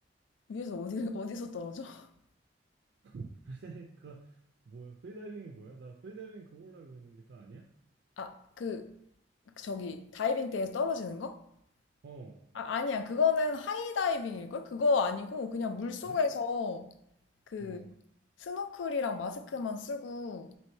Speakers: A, on the left; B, on the right.
A: 위에서 어디 어디서 떨어져? <laughs>
B: <laughs> 프리다이빙, 그, 뭐야, 프리다이빙이 뭐야? 나 프리다이빙 그걸로 알고 있는데 그거 아니야?
A: 아, 그 저기 다이빙 때에 떨어지는 거?
B: 어,
A: 아, 아니야. 그거는 하이다이빙일 걸? 그거 아니고 그냥 물속에서
B: 그래?
A: 그
B: 어,
A: 스노클이랑 마스크만 쓰고